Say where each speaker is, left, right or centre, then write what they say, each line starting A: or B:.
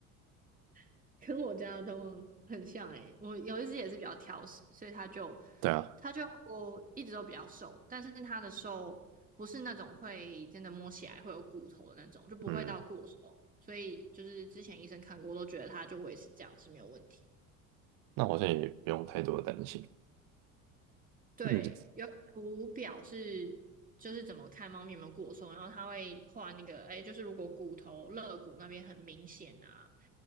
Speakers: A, on the right (about 20°); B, on the right (about 55°).
A: <laughs> 跟我家的都很像诶、我有一只也是比较挑食，所以它就
B: 对啊，
A: 它就一直都比较瘦，但是它的瘦不是那种会真的摸起来会有骨头的那种，就不会到过瘦，
B: 嗯。
A: 所以就是之前医生看过都觉得它就维持这样是没有问题。
B: 那好像也不用太多的担心。
A: 对，
B: 那你就
A: 有图表是就是怎么看猫咪有没有过瘦，然后它会画那个，哎，就是如果骨头肋骨那边很明显啊，